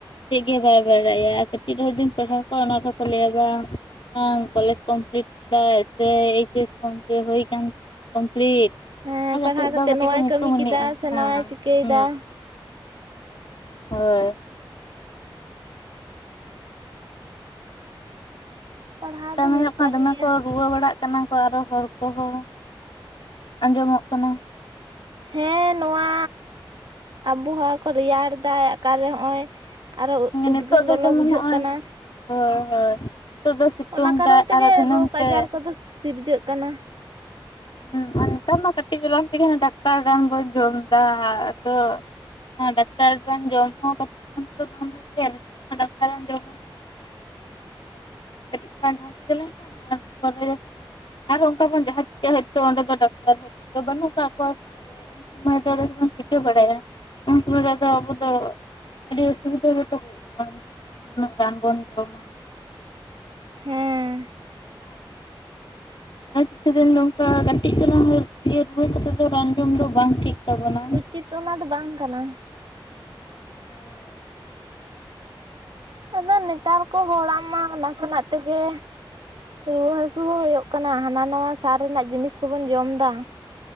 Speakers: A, on the left (about 70°); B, on the right (about 65°).
A: ᱪᱮᱫ ᱜᱮ ᱵᱟᱭ ᱵᱟᱲᱟᱭᱟ ᱪᱮᱫ ᱨᱮ ᱡᱩᱫᱤᱢ ᱯᱟᱲᱦᱟᱣ ᱠᱚᱣᱟ ᱚᱱᱟ ᱨᱮᱦᱚᱸ ᱠᱚ ᱞᱟᱹᱭᱟ ᱵᱟᱝ ᱠᱚᱞᱮᱡᱽ ᱠᱚᱢᱯᱞᱤᱴ ᱠᱟᱫᱟ ᱥᱮ ᱠᱚᱢ ᱦᱩᱭ ᱟᱠᱟᱱ ᱠᱚᱢᱯᱞᱤᱴ
B: ᱦᱮᱸ
A: ᱠᱟᱹᱴᱤᱡ
B: ᱯᱟᱲᱦᱟᱣ ᱠᱟᱛᱮᱫ
A: ᱫᱚ ᱠᱟᱹᱴᱤᱡ
B: ᱱᱚᱣᱟᱭ
A: ᱠᱚ ᱧᱩᱛᱩᱢᱱᱤᱡᱼᱟ
B: ᱠᱟᱹᱢᱤ ᱠᱮᱫᱟ ᱥᱮ
A: ᱦᱮᱸ
B: ᱱᱚᱣᱟᱭ ᱪᱤᱠᱟᱹᱭᱮᱫᱟ
A: ᱦᱮᱸ ᱦᱳᱭ
B: ᱯᱟᱲᱦᱟᱣ
A: ᱱᱮᱛ <inaudible>
B: ᱫᱚ
A: ᱦ
B: ᱦᱩᱭᱩᱜ
A: ᱢᱟ
B: ᱠᱟᱱ
A: ᱫᱚᱢᱮ
B: ᱜᱮᱭᱟ
A: ᱠᱚ ᱨᱩᱣᱟᱹ ᱵᱟᱲᱟᱜ ᱠᱟᱱᱟ ᱟᱨᱚ ᱦᱚᱲ ᱠᱚᱦᱚᱸ ᱟᱸᱡᱚᱢᱚᱜ ᱠᱟᱱᱟ
B: ᱦᱮᱸ ᱱᱚᱣᱟ ᱟᱵᱚᱦᱟᱣᱟ ᱠᱚ ᱨᱮᱭᱟᱲ ᱫᱟᱭ ᱚᱠᱟᱨᱮ ᱱᱚᱜᱼᱚᱭ ᱟᱨᱚ ᱩᱫᱽᱜᱟᱹᱨ
A: ᱱᱤᱛᱚᱜ ᱫᱚ
B: ᱞᱚᱞᱚ
A: ᱡᱮᱢᱚᱱ
B: ᱵᱩᱡᱷᱟᱹᱜ
A: ᱱᱚᱜᱼᱚᱭ
B: ᱠᱟᱱᱟ
A: ᱦᱳᱭ ᱦᱳᱭ ᱱᱤᱛᱚᱜ ᱫᱚᱭ ᱥᱤᱛᱩᱝ
B: ᱚᱱᱟ ᱠᱟᱨᱚᱱ
A: ᱫᱟ
B: ᱛᱮᱜᱮ
A: ᱟᱨᱚ ᱫᱷᱤᱱᱟᱹᱝ
B: ᱨᱳᱜᱽ
A: ᱛᱮ
B: ᱟᱡᱟᱨ ᱠᱚᱫᱚ ᱥᱤᱨᱡᱟᱹᱜ ᱠᱟᱱᱟ
A: ᱦᱮᱸ ᱟᱨ ᱱᱮᱛᱟᱨ ᱢᱟ ᱠᱟᱹᱴᱤᱡ ᱡᱟᱞᱟ ᱛᱮᱜᱮ ᱰᱟᱠᱴᱚᱨ ᱨᱟᱱ ᱵᱚᱱ ᱡᱚᱢ ᱮᱫᱟ ᱟᱫᱚ ᱰᱟᱠᱴᱚᱨ ᱨᱟᱱ ᱡᱚᱢ ᱦᱚᱸ ᱵᱟᱝ ᱵᱷᱟᱜᱮᱭᱟ ᱱᱤᱛᱚᱜ ᱰᱟᱠᱴᱚᱨ ᱨᱟᱱ ᱡᱚᱢ ᱦᱚᱸ ᱠᱟᱹᱴᱤᱡ ᱪᱟᱞᱟᱝ ᱨᱩᱣᱟᱹ ᱡᱟᱦᱟᱸ ᱞᱮᱱᱠᱷᱟᱱ ᱟᱨᱦᱚᱸ ᱚᱱᱠᱟ ᱡᱟᱦᱟᱸ ᱦᱳᱭ ᱛᱚ ᱚᱱᱰᱮ ᱫᱚ ᱰᱟᱠᱴᱚᱨ ᱵᱟᱹᱱᱩᱜ ᱠᱟᱜ ᱠᱚᱣᱟ ᱩᱱ ᱥᱚᱢᱚᱭ ᱫᱚ ᱥᱮᱫᱵᱚᱱ ᱪᱤᱠᱟᱹ ᱵᱟᱲᱟᱭᱟ ᱩᱱ ᱥᱚᱢᱚᱭ ᱨᱮ ᱟᱫᱚ ᱟᱵᱚ ᱫᱚ ᱟᱹᱰᱤ ᱚᱥᱩᱵᱤᱫᱷᱟ ᱜᱮᱛᱚ ᱦᱩᱭᱩᱜ ᱠᱟᱱᱟ ᱡᱮ ᱨᱟᱱ ᱵᱚᱱ ᱡᱚᱢᱟ
B: ᱦᱮᱸ
A: ᱟᱨ ᱠᱤᱪᱷᱩ ᱫᱤᱱ ᱱᱚᱝᱠᱟ ᱠᱟᱹᱴᱤᱡ ᱪᱩᱞᱩᱝ ᱨᱩᱣᱟᱹ ᱠᱟᱛᱮ ᱫᱚ ᱨᱟᱱ ᱡᱚᱢ ᱫᱚ ᱵᱟᱝ ᱴᱷᱤᱠ ᱛᱟᱵᱚᱱᱟ
B: ᱩᱪᱤᱛ ᱚᱱᱟ ᱫᱚ ᱵᱟᱝ ᱠᱟᱱᱟ
A: ᱦᱳᱭ
B: ᱟᱫᱚ ᱱᱮᱛᱟᱨ ᱠᱚ ᱦᱚᱲᱟᱜ ᱢᱟ ᱱᱟᱥᱮᱱᱟᱜ ᱛᱮᱜᱮ ᱨᱩᱣᱟᱹ ᱦᱟᱹᱥᱩ ᱦᱚᱸ ᱦᱩᱭᱩᱜ ᱠᱟᱱᱟ ᱦᱟᱱᱟ ᱱᱷᱟᱣᱟ ᱥᱟᱨ ᱨᱮᱱᱟᱜ ᱡᱤᱱᱤᱥ ᱠᱚᱵᱚᱱ ᱡᱚᱢ ᱮᱫᱟ